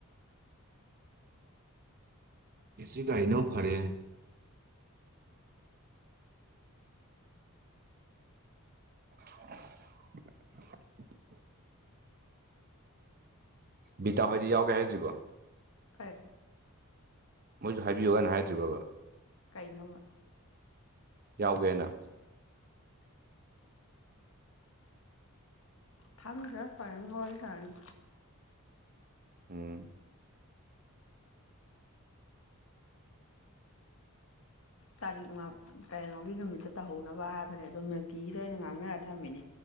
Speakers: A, on the right; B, on the left.
A: ꯀꯁꯤꯒꯥꯏꯅ ꯐꯔꯦ <unintelligible> ꯕꯤꯇꯥ ꯍꯣꯏꯗꯤ ꯌꯥꯎꯒꯦ ꯍꯥꯏꯦꯖꯒ
B: ꯐꯔ
A: ꯃꯣꯏꯁꯨ ꯍꯥꯏꯕꯤꯌꯨꯅ ꯍꯥꯏꯗ꯭ꯔꯤ ꯕꯕꯥ
B: ꯀꯩꯅꯣꯧꯕ
A: ꯌꯥꯎꯒꯦꯅ
B: ꯊꯪꯒ ꯐꯔꯒꯜ ꯁꯅꯤ
A: ꯎꯝ
B: ꯇꯥꯔꯤꯛ ꯇꯔꯦꯃꯒꯤ ꯅꯨꯃꯤꯠꯇ ꯇꯧꯍꯧꯅꯕ ꯍꯥꯏꯕꯅꯦ ꯑꯗꯣ ꯃꯤꯜꯀꯤꯒꯤꯗ ꯑꯣꯏꯅ ꯉꯥꯡꯅꯔ ꯊꯝꯃꯤꯅꯦ